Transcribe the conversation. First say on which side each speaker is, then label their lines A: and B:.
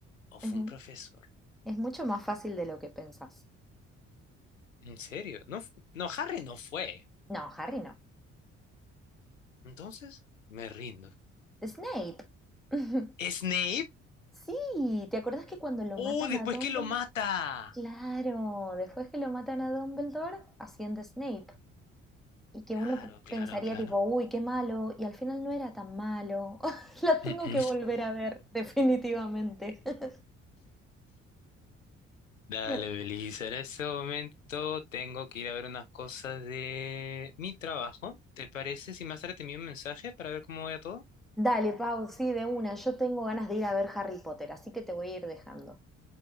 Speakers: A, on the left (about 80°); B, in the centre.
A: ¿O fue
B: <laughs>
A: un profesor?
B: Es mucho más fácil de lo que pensás.
A: ¿En serio? No, fu- no, Harry no fue.
B: No, Harry no.
A: Entonces, me rindo.
B: Snape. <laughs>
A: ¿Snape?
B: Sí, ¿te acordás que cuando lo
A: ¡Oh,
B: matan
A: después
B: a Dumbledore?
A: que lo mata!
B: Claro, después que lo matan a Dumbledore, asciende Snape. Y que
A: Claro,
B: uno p-
A: claro,
B: pensaría
A: claro.
B: tipo, uy, qué malo, y al final no era tan malo. <laughs> La tengo
A: Mm, mm.
B: que volver a ver, definitivamente. <laughs>
A: Dale,
B: Bueno,
A: Belisa. En este momento tengo que ir a ver unas cosas de mi trabajo. ¿Te parece si más tarde te envío un mensaje para ver cómo va todo?
B: dale, Pau, sí, de una. Yo tengo ganas de ir a ver Harry Potter, así que te voy a ir dejando.